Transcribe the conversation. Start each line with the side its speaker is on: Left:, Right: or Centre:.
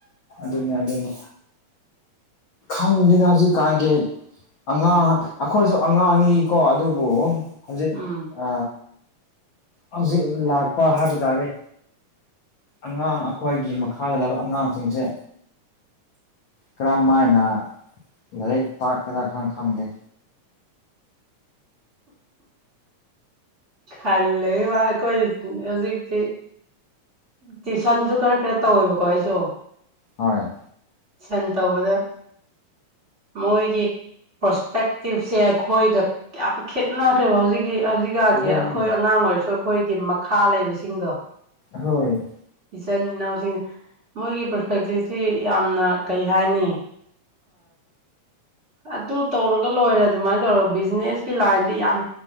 Left: ꯑꯗꯨꯅꯤ ꯑꯗꯨꯅꯤ ꯈꯪꯗꯦꯗ ꯍꯧꯖꯤꯛꯀꯥꯟꯒꯤ ꯑꯉꯥꯡ ꯑꯩꯈꯣꯏꯁꯨ ꯑꯉꯥꯡꯅꯤꯀꯣ ꯑꯗꯨꯕꯨ ꯍꯧꯖꯤꯛ
Right: ꯎꯝ
Left: ꯑ ꯍꯧꯖꯤꯛ ꯂꯥꯛꯄ ꯍꯥꯏꯕ ꯇꯥꯔꯦ ꯑꯉꯥꯡ ꯑꯩꯈꯣꯏꯒꯤ ꯃꯈꯥꯗ ꯂꯩꯕ ꯑꯉꯥꯡꯁꯤꯡꯁꯦ ꯀ꯭ꯔꯝꯃꯥꯏꯅ ꯂꯥꯏꯔꯤꯛ ꯇꯥꯛꯀꯦꯔꯥ ꯈꯪ ꯈꯪꯗꯦ
Right: ꯈꯜꯂꯨꯏꯋꯥ ꯑꯩꯈꯣꯏ ꯍꯧꯖꯤꯛꯇꯤ ꯇ꯭ꯋꯨꯏꯁꯟꯁꯨ ꯈꯔ ꯈꯔ ꯇꯧꯋꯦꯕꯀꯣ ꯑꯩꯁꯨ
Left: ꯍꯣꯏ
Right: ꯁꯟ ꯇꯧꯕꯗ ꯃꯣꯏꯒꯤ ꯄ꯭ꯔꯣꯁꯄꯦꯛꯇꯤꯞꯁꯦ ꯑꯩꯈꯣꯏꯒ ꯌꯥꯝ ꯈꯦꯠꯅꯈ꯭ꯔꯦꯕ ꯍꯧꯖꯤꯛꯀꯤ ꯍꯧꯖꯤꯛꯀꯥꯟꯒꯤ
Left: ꯑꯗꯨꯅꯤ
Right: ꯑꯩꯈꯣꯏ ꯑꯉꯥꯡ ꯑꯣꯏꯔꯁꯨ ꯑꯩꯈꯣꯏꯒꯤ ꯃꯈꯥ ꯂꯩꯕꯁꯤꯡꯗꯣ
Left: ꯍꯣꯏ
Right: ꯏꯆꯤꯟ ꯏꯅꯥꯎꯁꯤꯡꯅ ꯃꯣꯏꯒꯤ ꯄ꯭ꯔꯣꯁꯄꯦꯛꯇꯤꯞꯁꯤ ꯌꯥꯝ ꯀꯩ ꯍꯥꯏꯅꯤ ꯑꯗꯨ ꯇꯧꯔꯒ ꯂꯣꯏꯔꯦ ꯑꯗꯨꯃꯥꯏꯅ ꯇꯧꯔꯒ ꯕꯤꯖꯤꯅꯦꯁꯀꯤ ꯂꯥꯏꯟꯗꯤ ꯌꯥꯝ